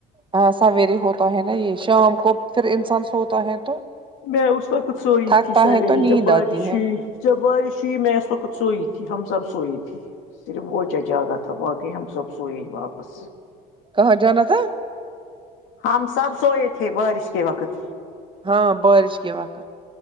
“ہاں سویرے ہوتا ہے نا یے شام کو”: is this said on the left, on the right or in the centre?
Right